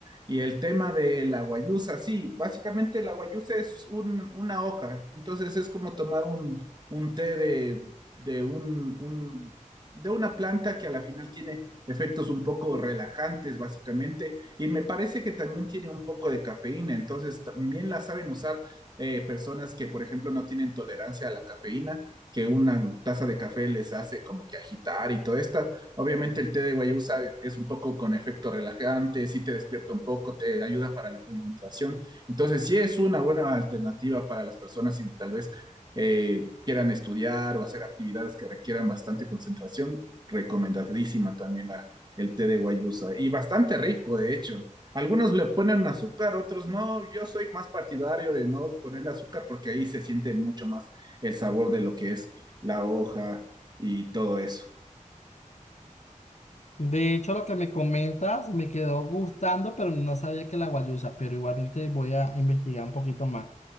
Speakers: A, on the right; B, on the left.
A: Y el tema de la guayusa, sí, básicamente la guayusa es un- una hoja, entonces es como tomar un, un té de, de, un, un- de una planta que a la final tiene efectos un poco relajantes, básicamente, y me parece que también tiene un poco de cafeína, entonces también la saben usar eh, personas que, por ejemplo, no tienen tolerancia a la cafeína, que una taza de café les hace como que agitar y todo esto. Obviamente el té de guayusa es un poco con efecto relajante, sí te despierta un poco, te ayuda para la concentración. Entonces sí es una buena alternativa para las personas si tal vez eh, quieran estudiar o hacer actividades que requieran bastante concentración. Recomendadísima también la, el té de guayusa y bastante rico, de hecho. Algunos le ponen azúcar, otros no. Yo soy más partidario de no ponerle azúcar porque ahí se siente mucho más el sabor de lo que es la hoja y todo eso.
B: De hecho, lo que me comentas me quedó gustando, pero no sabía que la guayusa, pero igualmente voy a investigar un poquito más.